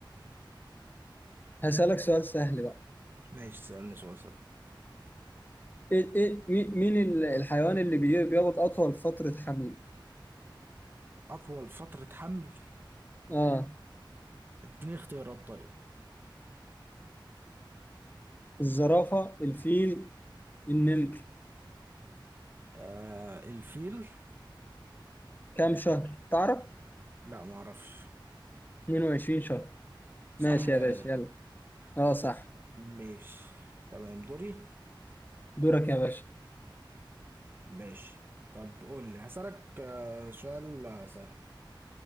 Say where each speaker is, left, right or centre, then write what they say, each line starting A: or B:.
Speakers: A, on the left (about 20°); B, on the right (about 25°).
A: هسألك سؤال سهل بقى
B: <laughs> ماشي سألني سؤال سهل
A: ايه ايه مي- مين ال- الحيوان اللي بي- بيقعد اطول فترة حمل
B: أطول فترة حمل
A: اه
B: اديني اختيارات طيب
A: الزرافة الفيل النمر
B: آه الفيل
A: كام شهر تعرف
B: لا ما اعرفش
A: 22 شهر
B: صح
A: ماشي
B: يعني
A: يا باشا يلا اه صح
B: ماشي تمام دوري
A: دورك يا باشا
B: ماشي طب قول لي هسألك آه سؤال آه، سهل